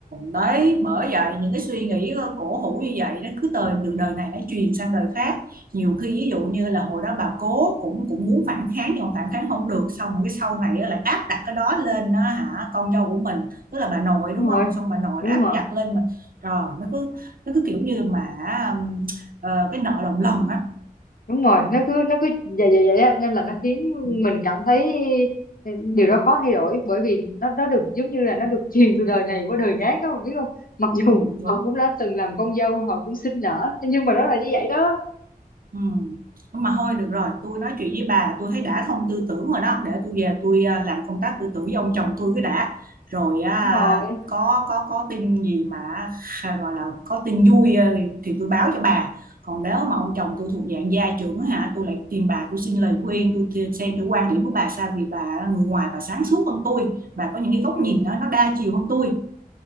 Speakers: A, on the right; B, on the left.
A: đấy bởi vậy những cái suy nghĩ ờ, cổ hủ như vậy nó cứ từ từ đời này nó truyền sang đời khác nhiều khi ví dụ như là hồi đó bà cố cũng cũng muốn phản kháng nhưng mà phản kháng không được xong rồi cái sau này á, lại áp đặt cái đó lên đó hả con dâu của mình tức là bà nội đúng
B: đúng
A: không
B: rồi
A: xong bà nội
B: đúng
A: lại áp
B: rồi
A: đặt lên mà rồi nó cứ nó cứ kiểu như mà ừm, ờ, cái nợ đồng lần á
B: đúng rồi nó cứ nó cứ vậy vậy vậy á nên là nó khiến
A: ừ,
B: mình cảm thấy ừ, điều đó khó thay đổi bởi vì nó nó được giống như là nó được <laughs> truyền từ đời này qua đời khác các bạn biết không mặc
A: ừ,
B: dù
A: đúng
B: họ cũng đã từng làm con dâu họ cũng sinh nở nhưng mà nó là như vậy đó
A: Ừ. Mà thôi được rồi, tôi nói chuyện với bà tôi thấy đã thông tư tưởng rồi đó, để tôi về tôi à, làm công tác tư tưởng với ông chồng tôi cứ đã. Rồi à,
B: đúng rồi
A: có có có tin gì mà à, gọi là có tin vui à, thì tôi báo cho bà. Còn nếu mà ông chồng tôi thuộc dạng gia trưởng hả, tôi lại tìm bà tôi xin lời khuyên, tôi thi- xem thử quan điểm của bà sao vì bà là người ngoài bà sáng suốt hơn tôi, bà có những cái góc
B: ừ
A: nhìn nó nó đa chiều hơn tôi.